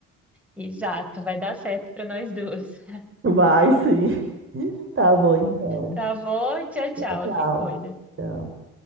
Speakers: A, in the centre; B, on the right (about 45°).
A: Exato, vai dar certo para nós duas. <laughs>
B: Vai sim. <laughs> Tá bom, então.
A: Tá bom? Tchau, tchau,
B: Tchau, tchau.
A: se cuida.
B: tchau.